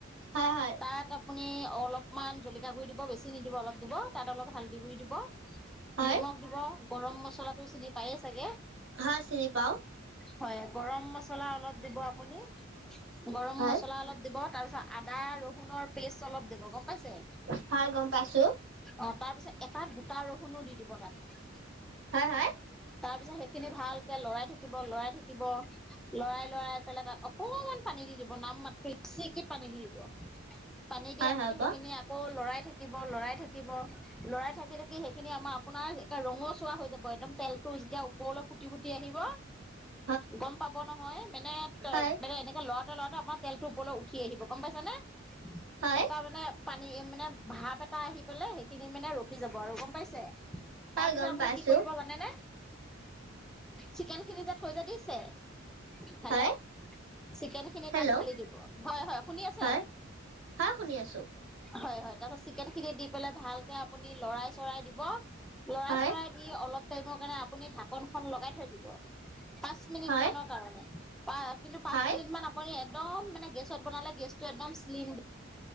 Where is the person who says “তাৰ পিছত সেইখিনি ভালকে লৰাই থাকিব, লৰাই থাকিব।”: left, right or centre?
Centre